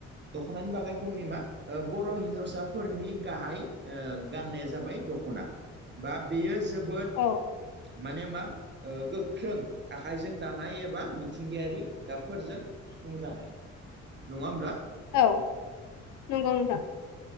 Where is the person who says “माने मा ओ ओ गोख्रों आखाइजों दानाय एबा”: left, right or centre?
Right